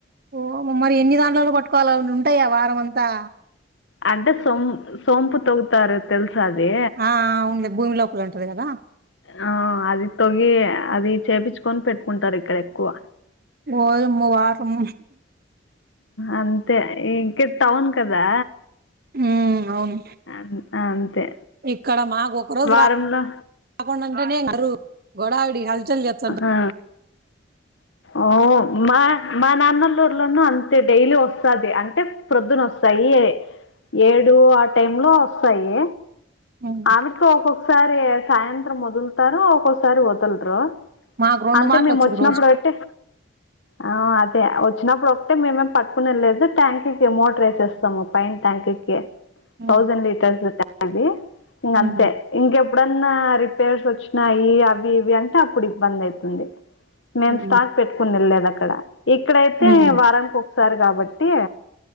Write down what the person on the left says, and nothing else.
అంటే సొం సోంపు తొవ్వుతారు తెల్సా అది
ఆ అది తొవ్వి అది చేపిచ్చుకొని పెట్టుకుంటరు ఇక్కడ ఎక్కువ
అంతే ఇంక టౌన్ కదా
అన్- అంతే
వారంలో
ఆ ఓ మా మా నాన్నలూర్లోనూ అంతే డైలీ వస్తాది అంటే ప్రొద్దున వస్తాయి ఏడు ఆ టైమ్ లో వస్తాయి
ఆమెకు ఒక్కొక్కసారి సాయంత్రం వదులుతారు ఒక్కొక్కసారి వదలరు
అంతే
మేము
వచ్చినప్పుడు
పెట్టి ఆ అదే వచ్చినప్పుడు ఒకటే మేమేం పట్టుకునె లేదు ట్యాంక్కి మోటర్ ఎసేస్తాము పైన్ ట్యాంక్కిి
థౌసండ్ లీటర్స్ ట్యా అది ఇంక అంతే
ఇంకెప్పుడన్నా రిపేర్స్ వచ్చినాయి అవి ఇవి అంటే అప్పుడు ఇబ్బంది అయితుంది మేము
స్టాక్ పెట్టుకుని ఎళ్ళేది అక్కడ ఇక్కడైతే
వారానికి ఒకసారి కాబట్టి